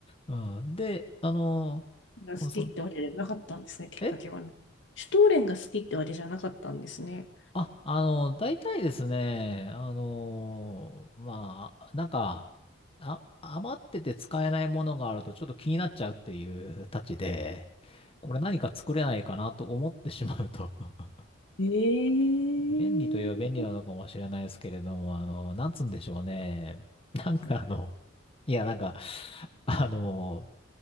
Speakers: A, on the left (about 30°); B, on the left (about 65°).
A: うん。で、あの、
B: が好きってわけじゃなかったんですね、
A: うんそん、
B: きっかけはね。
A: え
B: シュトーレンが好きってわけじゃなかったんですね。
A: あ、あの、大体ですね、あの、まあ、なんか、あ、余ってて使えないものがあるとちょっと気になっちゃうっていうたちで、これ何か作れないかなと思ってしまうと <laughs>
B: えー、
A: 便利といえば便利なのかもしれないですけれども、あの、なんつうんでしょうね。<laughs> なんかあの、いや、なんか、あの、